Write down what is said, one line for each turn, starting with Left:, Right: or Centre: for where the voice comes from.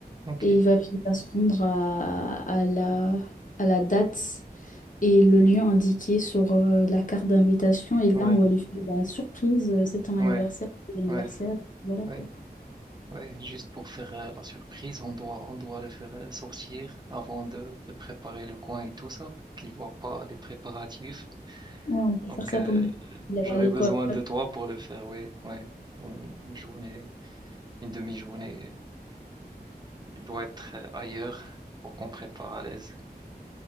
Right: ok,
Left: et il va finir par se rendre à, à la, à la date et le lieu indiqué sur euh, la carte d'invitation. Et là,
Right: ouais,
Left: on va lui faire la surprise, euh, c'est ton anniversaire,
Right: ouais,
Left: c'est l'anniversaire,
Right: ouais.
Left: voilà
Right: ouais.
Left: quoi.
Right: Ouais, juste pour faire euh, la surprise, on doit, on doit le faire euh, sortir avant de, de préparer le coin et tout ça, pour qu'il voit pas les préparatifs.
Left: Ouais, on peut
Right: Donc,
Left: faire ça
Right: euh,
Left: pendant qu'il est
Right: j'aurais
Left: à l'école.
Right: besoin de toi pour le faire, ouais, ouais. Une journée, une demi-journée, il doit être euh, ailleurs pour qu'on prépare à l'aise.